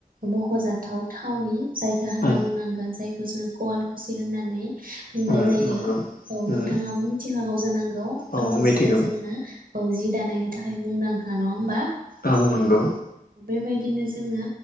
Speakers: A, on the right; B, on the left.
A: मख'जाथाव थावनि जायगा होनना
B: औ
A: बुंनांगोन जायग गोजो गल खुसि होननानै बुंनाय
B: औ
A: जायो।
B: नंगौ
A: औ नोंथाङाबो
B: उम
A: मिथि हागाव जानां ल'आल
B: औ
A: खुसिया
B: मिथिगौ
A: जोंना औ जि दानायनि थाखाय मुंदांखा नङा होमबा?
B: औ नोंगौ।
A: बेबायदिनो जोङो